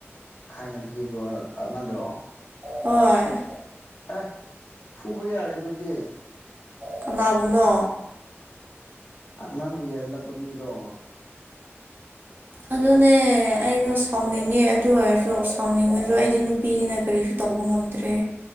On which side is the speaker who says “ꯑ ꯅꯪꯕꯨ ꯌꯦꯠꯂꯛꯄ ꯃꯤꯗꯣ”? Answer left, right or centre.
Left